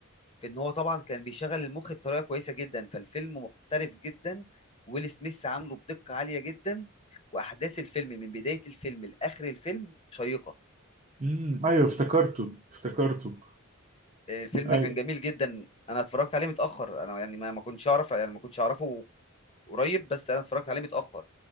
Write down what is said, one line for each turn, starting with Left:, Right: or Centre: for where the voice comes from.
Left: في ان هو طبعا كان بيشغل المخ بطريقه كويسه جدا فالفيلم محترف جدا ويل سميث عامله بدقه عاليه جدا واحداث الفيلم من بدايه الفيلم لاخر الفيلم شيقه
Right: امم ايوه افتكرته افتكرته
Left: الفيلم
Right: ايوه
Left: كان جميل جدا انا اتفرجت عليه متاخر انا يعني ما ما كنتش اعرف يعني ما كنتش اعرفه قريب بس انا اتفرجت عليه متاخر